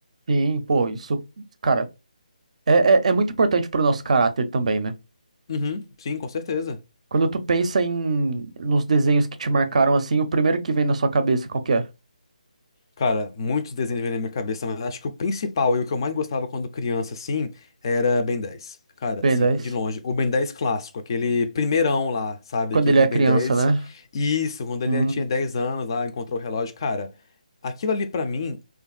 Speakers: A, on the right; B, on the left.
A: Sim, pô, isso, cara, é, é, é muito importante pro nosso caráter também, né?
B: Uhum, sim, com certeza.
A: Quando tu pensa em nos desenhos que te marcaram assim, o primeiro que vem na sua cabeça, qual que é?
B: Cara, muitos desenhos vêm na minha cabeça, mas acho que o principal e o que eu mais gostava quando criança, assim, era Ben 10. Cara,
A: Ben
B: assim,
A: 10.
B: de longe. O Ben 10 clássico, aquele primeirão lá, sabe?
A: Quando
B: Aquele
A: ele é
B: Ben
A: criança,
B: 10.
A: né?
B: Isso, quando ele
A: Hum,
B: tinha 10 anos lá, encontrou o relógio. Cara, aquilo ali pra mim